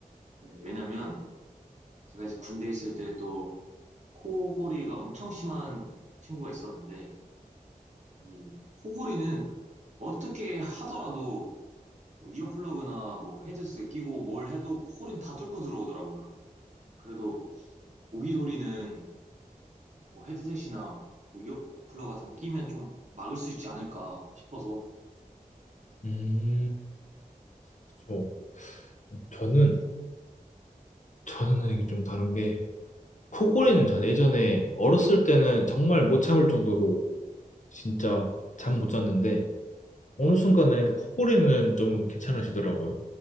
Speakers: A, on the right (about 55°); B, on the left (about 60°).
A: 네, 왜냐면 제가 이제 군대 에 있을 때 또 코골이가 엄청 심한 친구가 있었는데 이 코골이는 어떻게 하더라도 뭐 이어플러그나 뭐 헤드셋 끼고 뭘 해도 코골이는 다 뚫고 들어오더라고요. 그래도 모기 소리는 뭐 헤드셋이나 뭐 이어플러그 같은 거 끼면 좀 막을 수 있지 않을까 싶어서
B: 음, 그쵸. 저는, 저는 이게 좀 다른 게, 코골이는 전 예전에 어렸을 때는 정말 못 참을 정도로 진짜 잠 못 잤는데 어느 순간 나니까 코골이는 좀 괜찮아지더라고요.